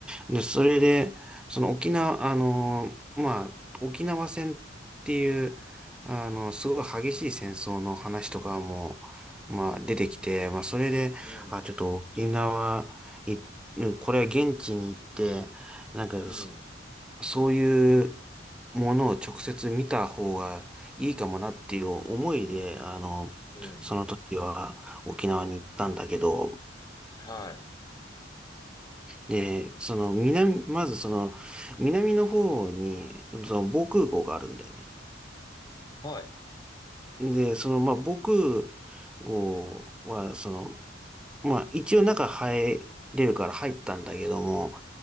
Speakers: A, in the centre; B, on the left (about 20°).
A: い。で、それで、その沖縄、あの、まあ、沖縄戦っていう、あの、すごい激しい戦争の話とかも、まあ、出てきて、まあ、それで、
B: うん。
A: あ、ちょっと沖縄、い、うんこれは現地に行って、なんか、
B: うん。
A: そそういうものを直接見た方がいいかもなっていう思いで、あの、
B: うん。
A: その時は沖縄に行ったんだけど、
B: はい。
A: で、その南、まずその南の方にその防空壕があるんだよね。
B: はい。
A: で、そのまあ防空壕はその、まあ一応中入れるから入ったんだけども、